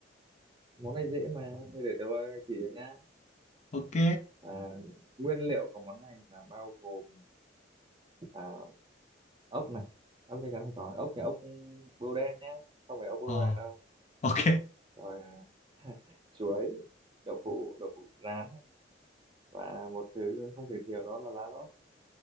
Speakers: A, on the right; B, on the left.
A: món này dễ mà thế để tôi chỉ cho nhá
B: ok
A: à, nguyên liệu của món này là bao gồm à, ốc này ốc chắc chắn phải có ốc nhà ốc bươu đen nhá không phải ốc bươu
B: ờ
A: vàng đâu
B: ok
A: rồi à, <laughs> chuối đậu phụ đậu phụ rán này. và một thứ không thể thiếu đó là lá lốt